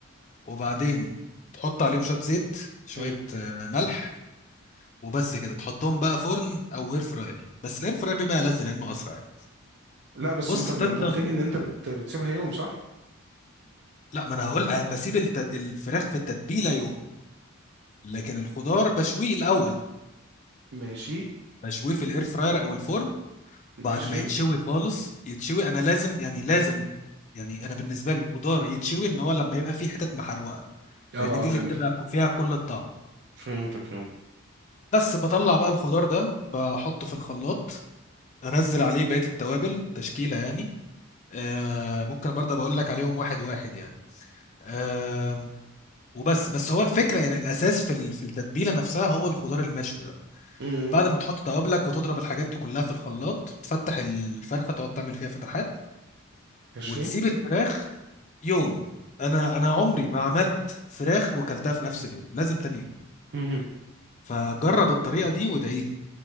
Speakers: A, on the left; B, on the right.
A: وبعدين تحط عليهم شويه زيت شويه
B: امم
A: آه، ملح وبس كده تحطهم بقى فرن او اير فراير بس الاير فراير بيبقى لذ لانه اسرع يعني
B: لا بس
A: بص
B: انت انت
A: تفضل
B: قلت لي ان انت بت... بتسيبها يوم صح
A: لا ما انا هقول بسيب التت... الفراخ في التتبيله يوم لكن الخضار بشويه الاول
B: ماشي
A: بشويه في الاير فراير او الفرن بعد
B: ماشي
A: ما يتشوي خالص يتشوي انا لازم يعني لازم يعني انا بالنسبه لي الخضار يتشوي ان هو لما يبقى فيه حتت محروقه
B: اه
A: لان دي
B: اه فهمتك
A: اللي بتبقى فيها كل الطعم
B: فهمتك فهمتك
A: بس بطلع بقى الخضار ده بحطه في الخلاط انزل عليه بقيه التوابل تشكيله يعني آه ممكن برضه بقول لك عليهم واحد واحد يعني آه وبس بس هو الفكره يعني الاساس في ال- في التتبيله نفسها هو الخضار المشوي ده
B: امم
A: بعد ما تحط توابلك وتضرب الحاجات دي كلها في الخلاط تفتح الفرخه تقعد تعمل فيها فتحات
B: ماشي
A: وتسيب الفراخ يوم انا انا عمري ما عملت فراخ وكلتها في نفس اليوم لازم تاني يوم
B: امم
A: فجرب الطريقه دي وادعي لي